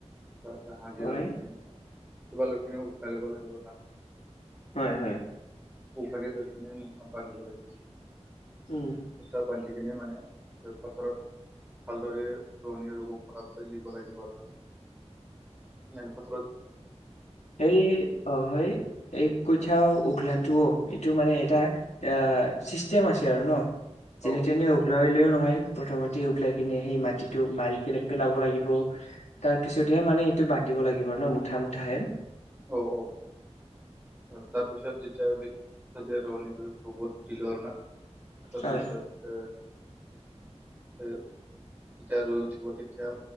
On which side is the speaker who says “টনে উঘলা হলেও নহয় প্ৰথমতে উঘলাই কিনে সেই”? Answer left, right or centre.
Left